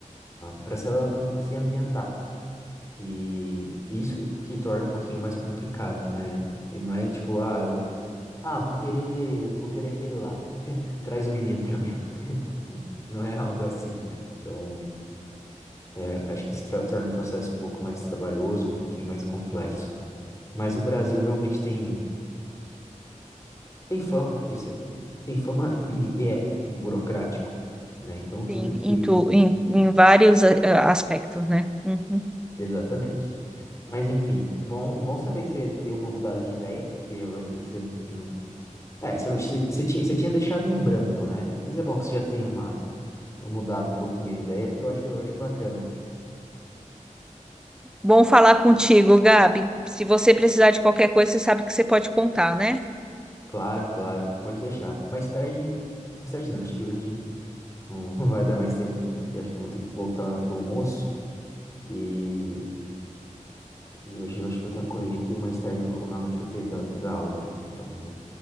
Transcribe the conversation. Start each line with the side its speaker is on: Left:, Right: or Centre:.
Left: para se ela am- se ambientar. E isso que torna um pouquinho mais complicado, né? E não é tipo, ah, eu, ah, vou querer, vou querer aquele lá. <laughs> Traz o menino para mim. <laughs> Não é algo assim, né? Então, eu acho que isso tra- torna o processo um pouco mais trabalhoso, um pouquinho mais complexo. Mas o Brasil realmente tem tem fama de ser, tem fama e, e é burocrático, né? Então tudo
Centre: Sim,
Left: que,
Centre: em, tu, em, em vários eh, aspectos, né? Uhum.
Left: exatamente. Mas enfim, bom, bom saber que você deu uma mudada de ideia, porque eu lembro que você não, é, você, não- você, você tinha, você tinha deixado em branco, né? Mas é bom que você já tem uma mudado um pouquinho a ideia, porque eu acho, eu acho bacana.
Centre: Bom falar contigo, Gabi. Se você precisar de qualquer coisa, você sabe que você pode contar, né?
Left: Claro, claro, pode deixar. Mais tarde, mais tarde não, acho que hoje não <laughs> vai dar mais tempo. Eu acho que eu vou ter que voltar pro almoço e E hoje eu acho que vou estar correria, porque mais tarde eu vou, à noite eu vou ter da, da aula também. Então,